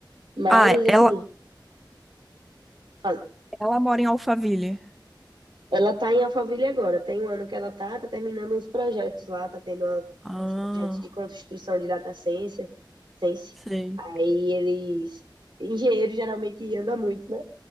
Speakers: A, on the right; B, in the centre.
A: Mas,
B: Ah, ela,
A: assim, fala-
B: ela mora em Alphaville.
A: ela tá em Alphaville agora. Tem um ano que ela tá, tá terminando uns projetos lá, tá tendo uma- uns
B: Ah,
A: projetos de construção de data science. science.
B: sei.
A: Aí eles, engenheiro geralmente anda muito, né?